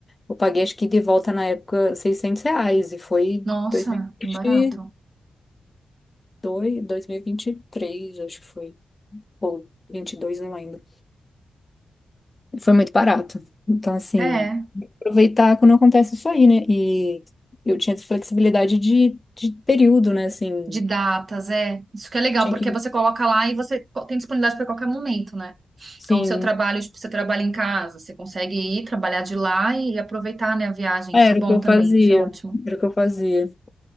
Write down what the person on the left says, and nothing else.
Eu paguei, acho que de volta na época, seiscentos reais. E foi
dois mil e
vinte e dois dois mil mil e e vinte 2022, três acho que foi. Ou 22 não lembro. Foi muito barato. Então, assim,
aproveitar quando acontece isso aí, né? E eu tinha essa flexibilidade de, de período, né? Assim,
tinha
que.
Sim,
Era
o que eu
fazia.
Era o que eu fazia.